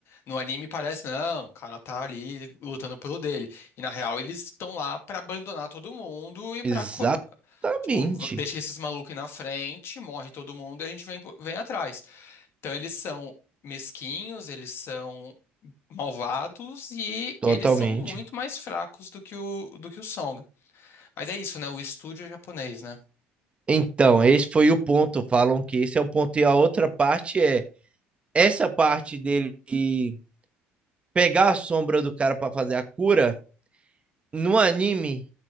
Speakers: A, on the left; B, on the right.
A: No anime parece, não, o cara tá ali lutando pelo dele. E na real, eles estão lá pra abandonar todo mundo e
B: exatamente.
A: pra. co- Tipo, v- deixa esses malucos aí na frente, morre todo mundo e a gente vem, po- vem atrás. Então eles são mesquinhos, eles são malvados e
B: Totalmente.
A: eles são muito mais fracos do que o, do que o Song. Mas é isso, né? O estúdio é japonês, né?
B: Então, esse foi o ponto. Falam que esse é o ponto. E a outra parte é essa parte dele de pegar a sombra do cara pra fazer a cura. No anime,